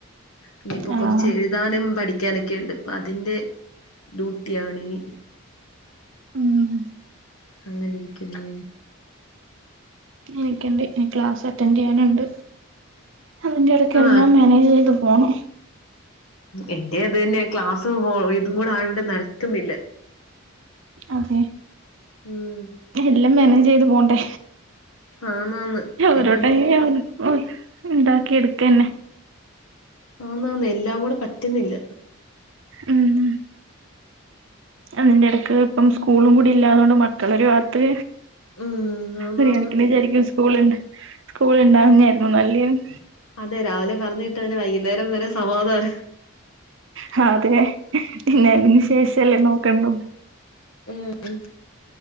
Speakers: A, on the left; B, on the right.
A: ഇനിയിപ്പോ
B: ആഹ്
A: കൊർച്ചെഴു താനും പഠിക്കാനൊക്കെയുണ്ട്. പ്പഅതിൻ്റെ ഡ്യൂട്ടിയാണിനി.
B: ഉംഹ്
A: അങ്ങനിരിക്കുന്നു.
B: എനിക്ക്ണ്ട് എനി ക്ലാസ റ്റൻ്റയ്യാന്ണ്ട്. അയിന്റെടക്ക്
A: ആ
B: എല്ലാം മാനേജ് ചെയ്ത് പോണം.
A: എന്റെ അത്‌ എന്നെ ക്ലാസ്സു ഹൊ ഇതും കൂടായതൊണ്ട് നടക്കുന്നില്ല.
B: അതെ
A: ഉം
B: എല്ലം മേനേജ്യ്ത് പോണ്ടേ
A: ആന്നാന്ന്
B: അവരോട്ട
A: ഇനി
B: <unintelligible> ഒഹ് ണ്ടാക്കിയെടുക്കന്നെ.
A: ആന്നാന്ന് എല്ലാം കൂടെ പറ്റ്ന്നില്ല.
B: ഊം അതിന്റെടക്ക് പ്പം സ്കൂളും കൂടി ഇല്ലാതോണ്ട് മക്കളൊരു വാത്ത്
A: ഉം ആന്നാന്ന്
B: ഒരു കണക്ക്ന് വിചാരിക്കും സ്കൂൾണ്ട സ്കൂള്ണ്ടാവുന്നെ ആരുന്നു നല്ലേന്.
A: അതെ രാവിലെ പറഞ്ഞ് വിട്ടാ വൈകുന്നേരം വരെ സമാധാന
B: ഹാ അതെ പിന്നെ അതിന് ശേഷല്ലേ നോക്കണ്ടു.
A: ഉം ഉം